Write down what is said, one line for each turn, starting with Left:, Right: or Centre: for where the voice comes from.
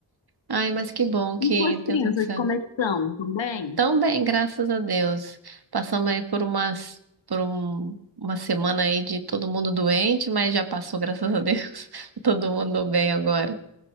Right: Ai, mas que bom que
Left: E suas
Right: deu
Left: crianças,
Right: tudo certo.
Left: como é que estão? Estão bem?
Right: Tão bem, graças a Deus. Passamos aí por umas, por um, uma semana aí de todo mundo doente, mas já passou, graças a Deus. <laughs> Todo mundo bem agora.